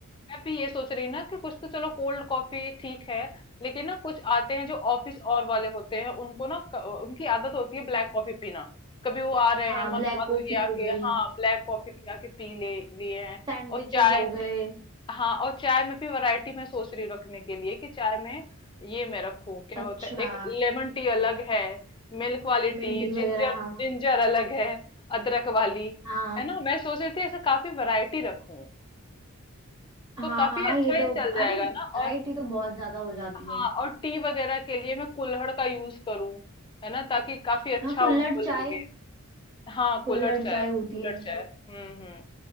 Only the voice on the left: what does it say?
मैं भी ये सोच रही ना कि कुछ तो चलो कोल्ड कॉफी ठीक है लेकिन ना कुछ आते हैं जो ऑफिस और वाले होते हैं उनको ना क- उनकी आदत होती है ब्लैक कॉफी पीना कभी वो आ रहे
हैं मन
हुआ
तो ये
आके
हाँ ब्लैक कॉफी भी आके पी ले लिए हैं
और चाय
हाँ और चाय में भी वैरायटी मैं सोच रही हूँ रखने के लिए कि चाय में ये मैं रखूं क्या
होता है एक लेमन टी अलग है मिल्क वाली
टी
जिंजर
जिंजर अलग है अदरक वाली
है ना मैं सोच रही थी ऐसे काफी वैरायटी रखूं
तो काफी
अच्छा
ये चल जाएगा
ना और
हाँ
और टी वगैरह के लिए मैं कुल्हड़ का यूज करूँ है ना ताकि काफी अच्छा
उनको
लगे हाँ
कुल्हड़ चाय
कुल्हड़
चाय हम्म हम्म